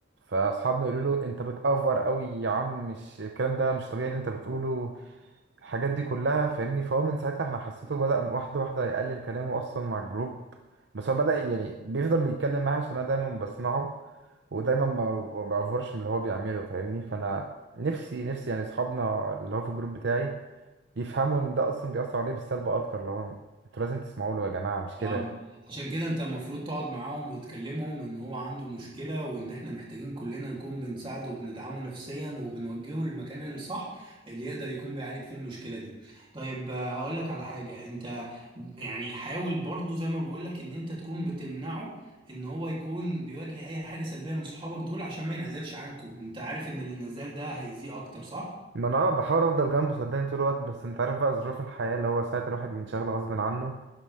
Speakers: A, on the right (about 60°); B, on the right (about 25°).
A: فاصحابنا يقولوا له انت بتأفور قوي يا عم مش الكلام ده مش طبيعي اللي انت بتقوله الحاجات دي كلها فاهمني فهو من ساعتها احنا حسيته بدأ واحدة واحدة يقلل كلامه أصلا مع الجروب بس هو بدأ يعني بيفضل يتكلم معايا عشان أنا دايما بسمعه ودايما ما بعفرش من اللي هو بيعمله فاهمني فأنا نفسي نفسي يعني أصحابنا اللي هو في الجروب بتاعي يفهموا إن ده أصلا بيأثر عليه بالسلب أكتر اللي هو أنتوا لازم تسمعوا له يا جماعة مش كده
B: فاهمك عشان كده انت المفروض تقعد معاهم وتكلمهم ان هو عنده مشكلة وان احنا محتاجين كلنا نكون بنساعده وبندعمه نفسيا وبنوجهه للمكان الصح اللي يقدر يكون بيعالج فيه المشكلة دي طيب آه، هقول لك على حاجة انت يعني حاول برضو زي ما بقول لك ان انت تكون بتمنعه ان هو يكون بيواجه اي حاجة سلبية من صحابك دول عشان ما ينعزلش عنكم انت عارف ان الانعزال ده هيأذيه اكتر صح؟
A: ما أنا أه بحاول أفضل جنبه صدقني طول الوقت بس أنت عارف بقى ظروف الحياة اللي هو ساعة الواحد ينشغل غصب عنه